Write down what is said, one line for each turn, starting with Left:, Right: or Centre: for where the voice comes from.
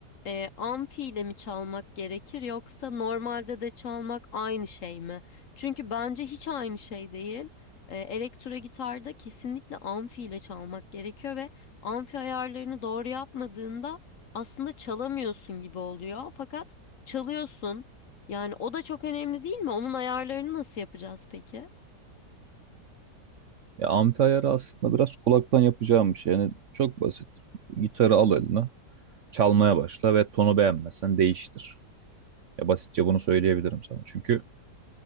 Left: E, amfi ile mi çalmak gerekir yoksa normalde de çalmak aynı şey mi? Çünkü bence hiç aynı şey değil. E, elektro gitarda kesinlikle amfi ile çalmak gerekiyor ve amfi ayarlarını doğru yapmadığında aslında çalamıyorsun gibi oluyor. Fakat çalıyorsun. Yani o da çok önemli değil mi? Onun ayarlarını nasıl yapacağız peki?
Right: Ya amfi ayarı aslında biraz kulaktan yapacağım bir şey. Yani çok basit. Gitarı al eline, çalmaya başla ve tonu beğenmezsen değiştir. Ya basitçe bunu söyleyebilirim sana. Çünkü